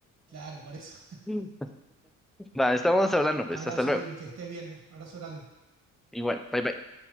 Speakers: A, on the right (about 50°); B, in the centre.
A: Claro, por eso.
B: Mm. Va, estamos
A: <laughs>
B: hablando, pues.
A: Abrazo,
B: Hasta luego.
A: Kevin, que estés bien. Abrazo grande.
B: Igual, bye bye.